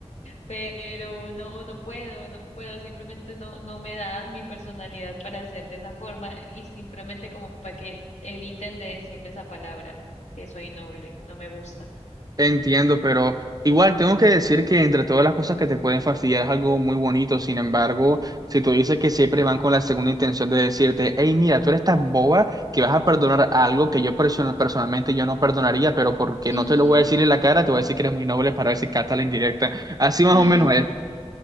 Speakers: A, on the left (about 80°); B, on the right (about 35°).
A: Pero no, no puedo, no puedo, simplemente no, no me da mi personalidad para ser de esa forma y simplemente como para que eviten de decirme esa palabra, que soy noble, no me gusta.
B: Entiendo, pero igual tengo que decir que entre todas las cosas que te pueden fastidiar es algo muy bonito. Sin embargo, si tú dices que siempre van con la segunda intención de decirte, hey, mira, tú eres tan boba que vas a perdonar algo que yo persona- personalmente yo no perdonaría, pero porque
A: Ujú.
B: no te lo voy a decir en la cara, te voy a decir que eres muy noble para ver si captas la indirecta. Así más
A: <laughs>
B: o menos es.